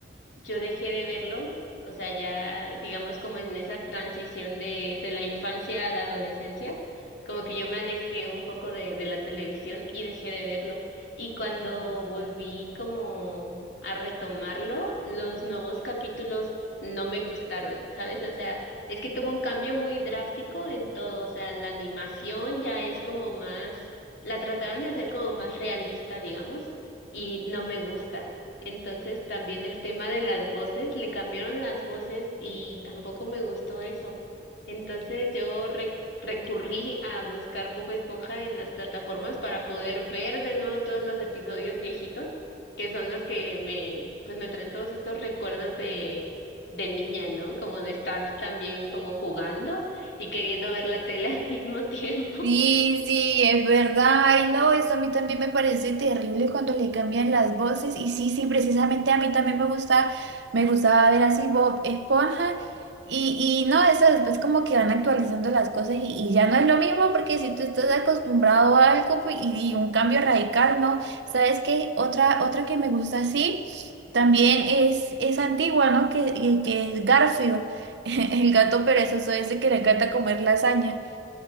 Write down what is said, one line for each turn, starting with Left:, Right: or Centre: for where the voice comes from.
Left: yo dejé de verlo, o sea, ya digamos como en esa transición de, de la infancia a la adolescencia, como que yo me alejé un poco de, de la televisión y dejé de verlo. Y cuando volví como a retomarlo, los nuevos capítulos no me gustaron, ¿sabes? O sea, es que tuvo un cambio muy drástico en todo, o sea, la animación ya es como más, la trataron de hacer como más realista, digamos, y no me gusta. Entonces también el tema de las voces, le cambiaron las voces y tampoco me gustó eso. Entonces yo re- recurrí a buscar Bob Esponja en las plataformas para poder ver de nuevo todos los episodios viejitos, que son los que me, pues me traen todos estos recuerdos de, de niña, ¿no? Como de estar también como jugando y queriendo ver la tele <laughs> al mismo tiempo.
Right: Sí, sí, es verdad. Ay, no, eso a mí también me parece terrible cuando le cambian las voces. Y sí, sí, precisamente a mí también me gusta, me gustaba ver así Bob Esponja. Y, y no, eso después como que van actualizando las cosas y, y ya no es lo mismo porque si tú estás acostumbrado a algo pues, y, y un cambio radical, ¿no? ¿Sabes qué? Otra, otra que me gusta así también
Left: Ujú.
Right: es, es antigua, ¿no? Que, que que es Garfield, <laughs> el gato perezoso ese que le encanta comer lasaña.